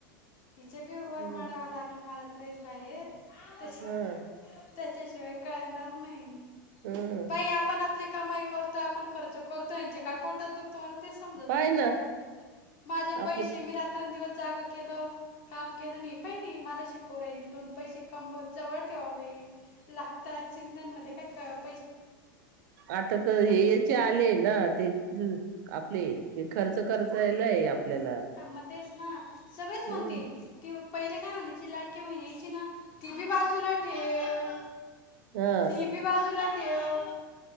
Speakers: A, on the left (about 50°); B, on the right (about 60°).
A: हिचे बी वर
B: हम्म,
A: मडावं लागेल मला त्रेश बाहेर त्याच
B: हम्म.
A: त्याच्याशिवाय कळणार नाही.
B: हम्म
A: बाई आपण आपली कामाई करतोय. आपण खर्च करतो यांचे काय पोटात दुख- - मला ते समजत
B: पाय
A: नाही
B: ना
A: काय. माझे
B: आपले
A: पैसे मी रात्र दिवस -- जाग केलं काम केलं नाही पहि नाही मला शिकव राहिली दोन पैसे कमवत जवळ ठेवावे. लागतात. चिंतनमध्ये काय कम --
B: आता तर हे याचे आले ना ते आपले कि खर्च खर्चयलाय आपल्याला.
A: मग तेच ना सगळेच
B: हम्.
A: म्हणते ती पहिले काय म्हणायची लाडकी बहिण यायची ना ती बी बाजूला ठेव.
B: हा
A: हे बी बाजूला ठेव.